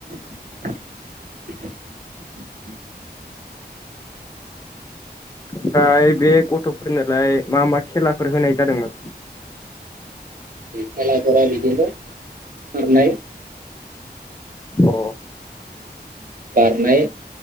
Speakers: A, on the right; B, on the left.
A: <inaudible>
B: ओमफ्राय बे गथ'फोरनोलाय मा मा खेलाफोर होनाय जादोंमोन।
A: खेलाफोरा बिदिनो खारनाय
B: अ
A: बारनाय